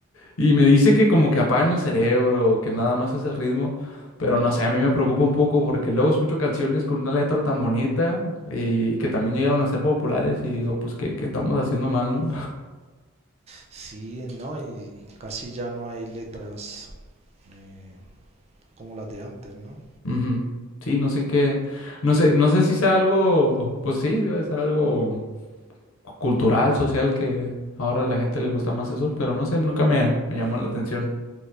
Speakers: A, on the left (about 70°); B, on the right (about 30°).
A: Y me dice que como que apagan el cerebro, que nada más es el ritmo, pero no sé, a mí me preocupa un poco porque luego escucho canciones con una letra tan bonita y que también llegaron a ser populares y digo, pues qué, qué estamos haciendo mal, ¿no?
B: Sí, no, y, y casi ya no hay letras eh, como las de antes, ¿no?
A: <laughs> Ujú. Sí, no sé qué, no sé, no sé si sea algo, pues sí, debe ser algo cu- cultural, social, que ahora a la gente le gusta más eso, pero no sé, nunca me, me llamó la atención.